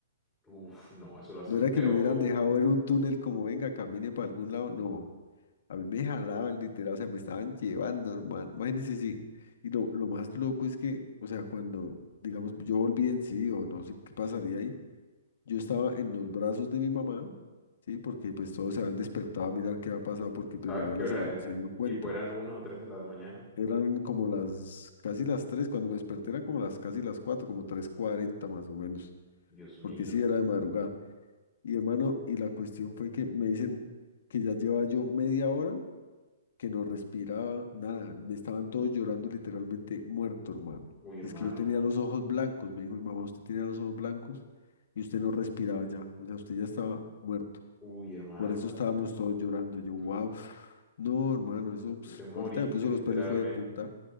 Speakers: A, in the centre; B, on the left.
A: Uf, no, eso lo hace
B: No
A: aún
B: era
A: peor.
B: que me hubieran dejado en un túnel como venga, camine para algún lado. No, A mí me jalaban literal, o sea, me estaban llevando, hermano. Imagínense, sí. Y lo, lo más loco es que, o sea, cuando, digamos, yo volví en sí, o no sé qué pasaría ahí, yo estaba en los brazos de mi mamá, ¿sí? Porque pues todos se habían despertado a mirar qué había pasado, porque pues
A: ¿Sabes
B: mi abuela
A: qué hora
B: se, dio-
A: era?
B: se dio cuenta.
A: Tipo, eran una o tres de la mañana.
B: Eran como las, casi las tres, cuando me desperté eran como las casi las cuatro, como tres cuarenta más o menos,
A: Dios mío.
B: porque sí era de madrugada. Y hermano, y la cuestión fue que me dicen que ya llevaba yo media hora que no respiraba, nada, me estaban todos llorando literalmente muerto, hermano.
A: Uy, hermano.
B: Dice que yo tenía los ojos blancos, me dijo mi mamá, usted tenía los ojos blancos y usted no respiraba ya, o sea, usted ya estaba muerto.
A: Uy, hermano.
B: Por eso
A: O sea,
B: estábamos
A: tú te,
B: todos llorando, yo, wow,
A: tú-
B: no, hermano, eso, ps,
A: tú te moriste
B: ahorita me puso
A: literalmente.
B: los pelos fue de punta.